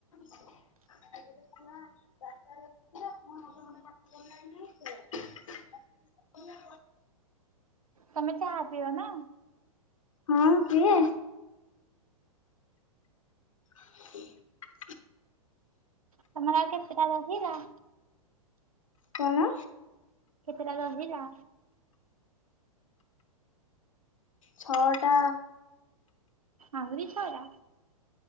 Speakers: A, on the left; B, on the right.
A: <unintelligible>
B: ତମେ ଚାହା ପିଅ ନା?
A: ହଁ ପିଏ। <unintelligible>
B: ତମର ଆଉ କେତେଟା ରହିଲା?
A: କଣ?
B: କେତେଟା ରହିଲା?
A: ଛଅଟା।
B: ଆହୁରି ଛ ଟା।